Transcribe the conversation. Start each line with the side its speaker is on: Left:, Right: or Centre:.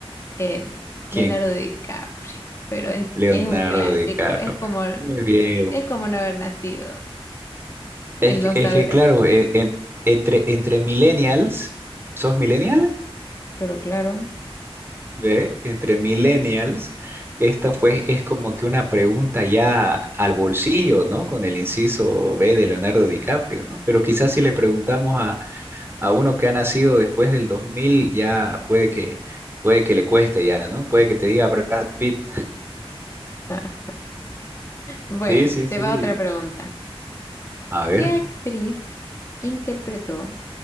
Left: Eh,
Right: <laughs> ¿quién?
Left: Leonardo DiCaprio, pero es
Right: Leonardo
Left: que es un clásico.
Right: DiCaprio.
Left: Es como,
Right: Muy bien.
Left: es como no haber nacido,
Right: Es
Left: el
Right: que,
Left: no saber
Right: es que claro,
Left: eso.
Right: e- en- entre, entre millennials, ¿sos millennial?
Left: Pero claro.
Right: Ve, entre millennials, esta pues es como que una pregunta ya al bolsillo, ¿no? Con el inciso B de Leonardo DiCaprio, ¿no? Pero quizás si le preguntamos a, a uno que ha nacido después del 2000, ya puede que, puede que le cueste ya, ¿no? Puede que te diga Brad Pitt.
Left: <laughs> Bueno,
Right: Sí, sí,
Left: te
Right: sí.
Left: va otra pregunta.
Right: A ver,
Left: ¿Qué actriz interpretó?